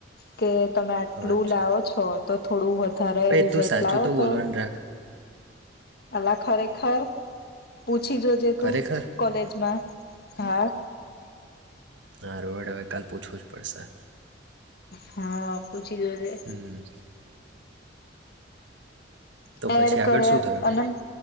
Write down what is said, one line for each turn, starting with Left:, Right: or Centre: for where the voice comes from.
Left: કે તમે આટલું
Right: અચ્છા
Left: લાવો છો તો થોડું વધુ સારુ
Right: ભાઈ
Left: રિઝલ્ટ
Right: તું સાચું
Left: લાવો તો
Right: બોલવાનું રાખ
Left: અલા ખરેખર પૂછ પુછી જો જે તું
Right: ખરેખર
Left: કોલેજમાં. હા!
Right: હા રોડ હવે કાલ પૂછવું? પડશે.?
Left: હા! પૂછી જો જે.
Right: હમ તો
Left: એડ
Right: પછી
Left: કર્યા
Right: આગળ શું થયું
Left: અને